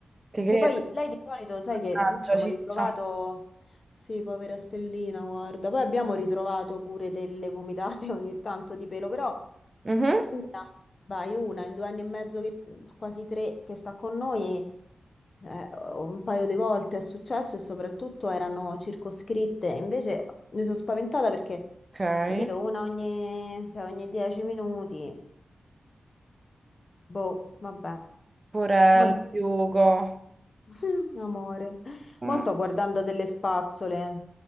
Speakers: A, on the right (about 30°); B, on the left (about 50°).
A: ti credo.
B: Che poi lei di solito, sai
A: Mannaggia,
B: che noi abbiamo
A: ciccia.
B: ritrovato, sì, povera Stellina, guarda, poi abbiamo ritrovato pure delle vomitate <laughs> ogni tanto di pelo, però
A: Mhm.
B: una, vai, una in due anni e mezzo, che- quasi tre, che sta con noi eh, un paio di volte è successo e soprattutto erano circoscritte. Invece mi sono spaventata perché,
A: Ok.
B: capito, una ogni, cioè ogni 10 minuti. Boh, vabbè.
A: Porella,
B: Ma-
A: Hugo.
B: <laughs> Amore.
A: Mm.
B: Mo sto guardando delle spazzole.